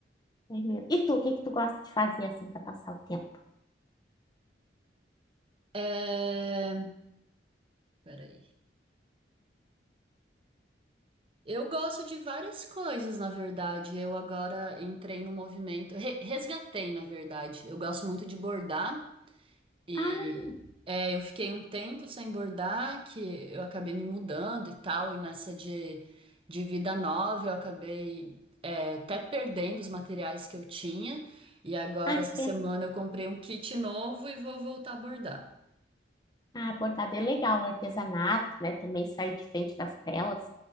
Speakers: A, on the left; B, on the right.
A: É mesmo. E tu, o que que tu gosta de fazer assim para passar o tempo?
B: É... Peraí. Eu gosto de várias coisas, na verdade. Eu agora entrei no movimento, re- resgatei, na verdade. Eu gosto muito de bordar. E
A: Ah,
B: é, eu fiquei um tempo sem bordar, que eu acabei me mudando e tal, e nessa de, de vida nova eu acabei é, até perdendo os materiais que eu tinha. E agora,
A: ah,
B: essa
A: que pena.
B: semana, eu comprei um kit novo e vou voltar a bordar.
A: Ah, bordado é legal, artesanato, né? Também sair de frente das telas.